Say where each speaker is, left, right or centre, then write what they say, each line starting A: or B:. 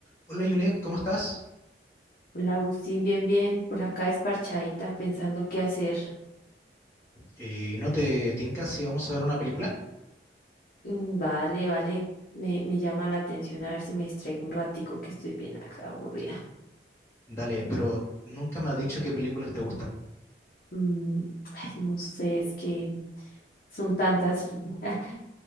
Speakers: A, on the left; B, on the left.
A: Hola Juliet, ¿cómo estás?
B: Hola Agustín, bien, bien, por acá esparchadita, pensando qué hacer.
A: Eh, ¿no te tincas si vamos a ver una película?
B: Mm, Vale, vale, me, me llama la atención a ver si me distraigo un ratico que estoy bien acá aburrida.
A: Dale, pero nunca me has dicho qué películas te gustan.
B: Mm, ay, no sé, es que son tantas. <laughs>